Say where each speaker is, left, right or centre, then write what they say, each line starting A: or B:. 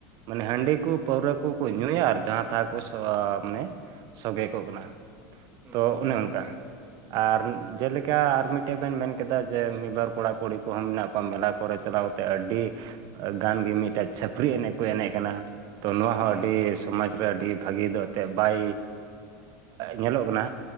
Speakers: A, on the right; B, on the right.
A: ᱢᱟᱱᱮ ᱦᱟᱺᱰᱤ ᱠᱚ ᱯᱟᱹᱣᱨᱟᱹ ᱠᱚᱠᱚ ᱧᱩᱭᱟ ᱟᱨ ᱡᱟᱦᱟᱸ ᱛᱟᱦᱟ ᱠᱚ ᱢᱟᱱᱮ ᱥᱚᱜᱮ ᱠᱚᱜ ᱠᱟᱱᱟ᱾
B: ᱦᱩᱸ
A: ᱛᱚ ᱚᱱᱮ ᱚᱱᱠᱟ᱾ ᱟᱨ ᱡᱮᱞᱮᱠᱟ ᱟᱨ ᱢᱤᱫᱴᱮᱡ ᱵᱮᱱ ᱢᱮᱱ ᱠᱮᱫᱟ ᱡᱮ ᱢᱤᱫᱵᱟᱨ ᱠᱚᱲᱟ ᱠᱩᱲᱤ ᱠᱚᱦᱚᱸ ᱢᱮᱱᱟᱜ ᱠᱚᱣᱟ ᱢᱮᱞᱟ ᱠᱚᱨᱮ ᱪᱟᱞᱟᱣ ᱠᱟᱛᱮᱫ ᱟᱹᱰᱤ ᱜᱟᱱ ᱜᱮ ᱢᱤᱫᱴᱮᱡ ᱪᱷᱟᱹᱯᱨᱤ ᱮᱱᱮᱡ ᱠᱚ ᱮᱱᱮᱡ ᱠᱟᱱᱟ᱾ ᱛᱚ ᱱᱚᱣᱟ ᱦᱚᱸ
B: ᱦᱩᱸ
A: ᱟᱹᱰᱤ
B: ᱦᱩᱸ
A: ᱥᱚᱢᱟᱡ ᱨᱮ ᱟᱹᱰᱤ ᱵᱷᱟᱹᱜᱤ ᱫᱚ ᱮᱱᱛᱮᱫ ᱵᱟᱭ ᱧᱮᱞᱚᱜ ᱠᱟᱱᱟ